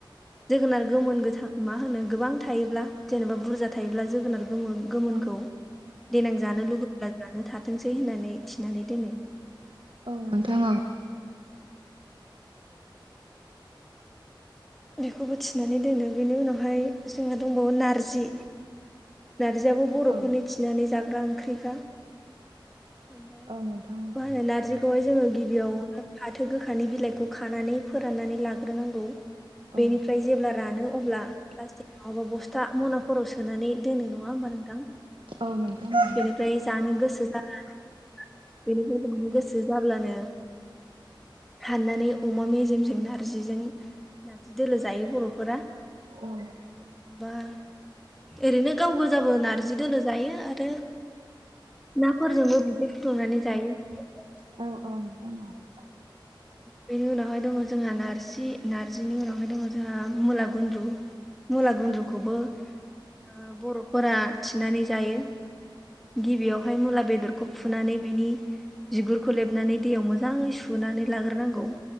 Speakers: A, in the centre; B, on the right (about 85°).
A: जोगोनार गोमोन गोथां मा होनो गोबां थायोब्ला जेनेबा बुरजा थायोब्ला जोगोनार गोमो गोमोनखौ
B: औ
A: देनां जानो लुुबैब्ला जानो थाथोंसै होननानै थिनानै दोनो।
B: औ नोंथां
A: जोगोनार
B: औ
A: गोमोनखौहाय बेखौबो थिनानै दोनो बेनि उनावहाय जोंहा दंबावो नारजि। नारजियाबो बर'फोरनि
B: औ
A: थिनानै जाग्रा ओंख्रिखा ओमफ्राय
B: औ नोंथां
A: मा होनो नारजि खौहाय जोंङो गिबियावनो फाथो गोखानि बिलाइखौ खानानै फोराननानै लाग्रोनांगौ। बेनिफ्राय
B: औ
A: जेब्ला रानो अब्ला प्लास्टिक नंङाबा बस्था मनाफोराव सोनानै दोनो नंङा होमबा नोंथां?
B: औ नोंथां
A: बेनिफ्राय जानो गोसो जाला बेनिफ्रायजांनो गोसो जाब्लानो हाननानै अमा मेजेमजों नारजिजों नारजि दोलो जायो बर'फोरा
B: औ नोंथां औ
A: ओमफ्राय नंङाबा ओरैनो गाव गोजाबो नारजि दोलो जायो आरो नाफोरजोंबो बिदै फुदुंनानै जायो
B: औ औ नोंथां औ।
A: बेनि उनावहाय दङ जोंहा नार्जि नार्जिनि उनावहाय दङ जोंहा मुला गुनद्रु। मुला गुन्द्रुखौबो
B: औ
A: ओ बर'फोरा थिनानै जायो। गिबियावहाय मुला बेदर खौ फुनानै बिनि बिगुरखौ लेबनानै दैयाव मोजाङै सुनानै लाग्रोनांगौ।